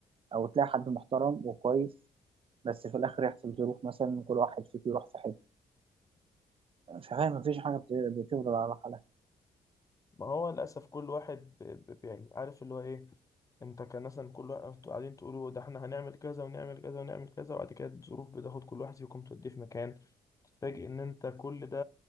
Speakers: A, on the right (about 45°); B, on the left (about 25°).
A: أو تلاقي حد محترم وكويس بس في الآخر يحصل ظروف مثلا كل واحد فيك يروح في حتة فاهم مفيش حاجة بت- بتفضل على حالها
B: ما هو للأسف كل واحد ب... ب... يعني عارف اللي هو إيه أنت كان مثلا كل واحد أنتوا قاعدين تقولوا ده إحنا هنعمل كذا ونعمل كذا ونعمل كذا وبعد كده الظروف بتاخد كل واحد فيكم توديه في مكان تتفاجئ إن أنت كل ده